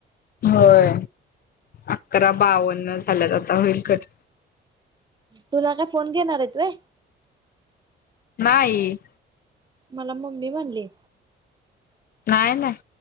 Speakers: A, on the left (about 50°); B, on the right (about 20°).
A: होय अकरा बावन्न झाल्यात आता होईल कट.
B: तुला काय फोन घेणार आहे तु आहे.
A: नाही.
B: मला मम्मी म्हणले.
A: नाही नाही.